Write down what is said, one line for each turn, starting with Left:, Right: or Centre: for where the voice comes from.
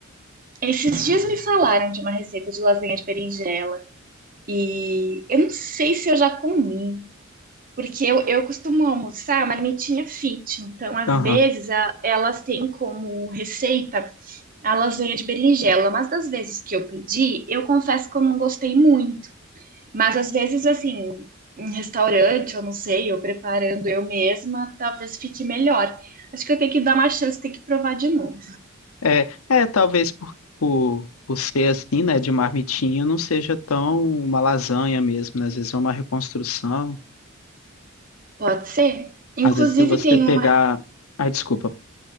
Right: Esses dias me falaram de uma receita de lasanha de berinjela. E eu não sei se eu já comi, porque eu, eu costumo almoçar marmitinha fit, então às
Left: Aham.
Right: vezes a- elas têm como receita a lasanha de berinjela, mas das vezes que eu pedi, eu confesso que eu não gostei muito. Mas às vezes, assim, em restaurante, eu não sei, eu preparando eu mesma, talvez fique melhor. Acho que eu tenho que dar uma chance, tenho que provar de novo.
Left: É, é, talvez por, por, por ser assim, né, de marmitinha, não seja tão uma lasanha mesmo, né? Às vezes é uma reconstrução.
Right: Pode ser? Inclusive
Left: Às vezes, se você
Right: tem
Left: pegar.
Right: uma.
Left: ah, desculpa,